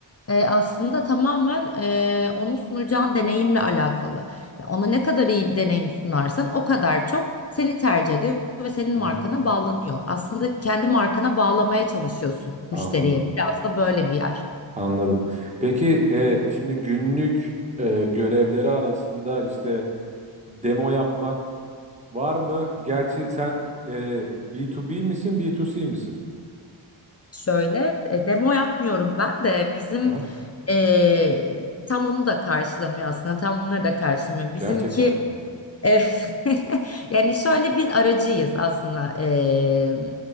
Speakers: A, on the left; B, on the right.
A: e, aslında tamamen e, onu sunacağın deneyimle alakalı. Ve Ona ne kadar iyi bir deneyim sunarsan o kadar çok seni tercih ediyor ve senin
B: hı
A: markana
B: hı.
A: bağlanıyor. Aslında kendi markana bağlamaya çalışıyorsun
B: Anladım,
A: müşteriye. Biraz da böyle bir yer.
B: anladım. Peki e, şimdi günlük e, görevleri arasında işte demo yapmak var mı? Gerçi sen e, B2B misin, B2C misin?
A: Şöyle e, demo yapmıyorum ben de bizim
B: Aha,
A: e, tam onu da karşılamıyor aslında tam bunları da karşılamıyor. Bizimki
B: gerçekten mi?
A: e, <laughs> yani şöyle biz aracıyız aslında E,